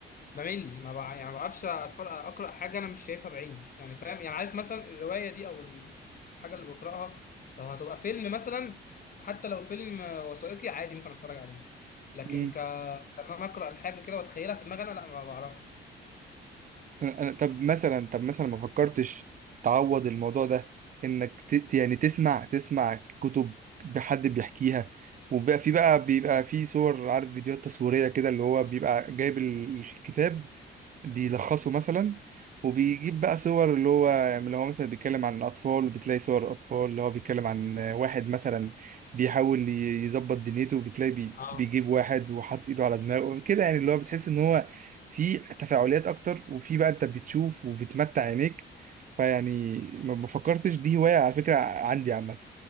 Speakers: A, on the left; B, on the right.
A: بمل ما بع... يعني ما بعرفش أتفرج... اقرا حاجه انا مش شايفها بعيني يعني فاهم يعني عارف مثلا الروايه دي او الحاجه اللي بقراها لو هتبقى فيلم مثلا حتى لو فيلم وثائقي عادي ممكن اتفرج عليه لكن
B: مم.
A: ك... كان انا اقرا الحاجه كده واتخيلها في دماغي انا لا ما بعرفش
B: أنا أنا طب مثلا طب مثلا ما فكرتش تعوض الموضوع ده انك ت... ت- يعني تسمع تسمع كتب بحد بيحكيها وبقى في بقى بيبقى في صور عارف فيديوهات تصويرية كده اللي هو بيبقى جايب ال- الكتاب بيلخصه مثلا وبيجيب بقى صور اللي هو يعني اللي هو مثلا بيتكلم عن الاطفال وبتلاقي صور الاطفال اللي هو بيتكلم عن واحد مثلا بيحاول ي- يظبط دنيته وبتلاقي بي-
A: اه
B: بيجيب واحد وحاطط ايده على دماغه كده يعني اللي هو بتحس ان هو في تفاعليات اكتر وفي بقى انت بتشوف وبتمتع عينيك فيعني ما ما فكرتش دي هواية على فكرة عندي عامة